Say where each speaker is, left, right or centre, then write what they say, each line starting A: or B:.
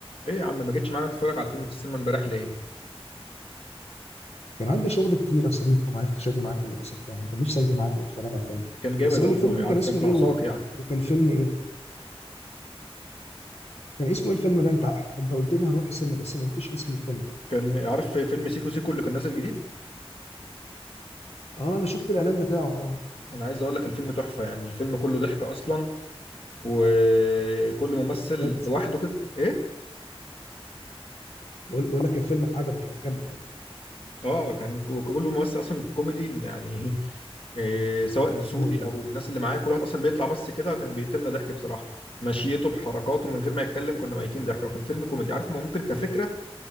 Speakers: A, on the left; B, on the left.
A: ايه يا عم ما جيتش معانا تتفرج على الفيلم في السينما امبارح ليه؟
B: كان عندي شغل كتير يا صديقي وما عرفتش اجي معاك للاسف يعني كان نفسي اجي معاك واتفرج على الفيلم
A: كان جامد
B: بس قول
A: والله
B: لي فيلم
A: عارف
B: كان اسمه
A: كانت ناقصاك
B: ايه و...
A: يعني
B: وكان فيلم ايه كان اسمه ايه الفيلم ده انت انت قلت لي هروح السينما بس ما قلتش اسم الفيلم
A: كان عارف في فيلم سيكو سيكو اللي كان نازل جديد
B: اه انا شفت الاعلان بتاعه اه
A: انا عايز اقول لك الفيلم تحفة يعني الفيلم كله ضحك اصلا وكل ممثل
B: بجد
A: لوحده كده ايه؟
B: بقول بقول لك كان فيلم عجبك يعني كمل كمل
A: اه كان ك- كل ممثل اصلا في كوميدي يعني <laughs> إيه سواء دسوقي
B: <laughs> مم.
A: او الناس اللي معاه كل واحد اصلا بيطلع بس كده كان بيقتلنا ضحك بصراحة مشيته بحركاته من غير ما يتكلم كنا ميتين ضحك وكان فيلم كوميدي عارف ما ممكن كفكرة